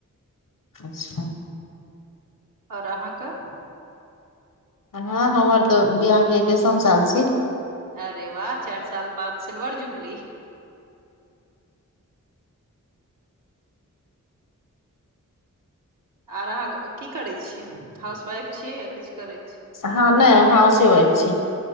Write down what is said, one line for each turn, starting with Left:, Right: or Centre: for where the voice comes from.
Left: अच्छा
Right: ओर अहाँ क
Left: हँ हमर तऽ वियाह के एकैसम साल छी
Right: अरे वाह चारि साल बाद सिल्वर जुबली आर अहाँ की करै छीय हाउस वाइफ छी य किछु करै छी
Left: ह नय हाउस वाइफ छी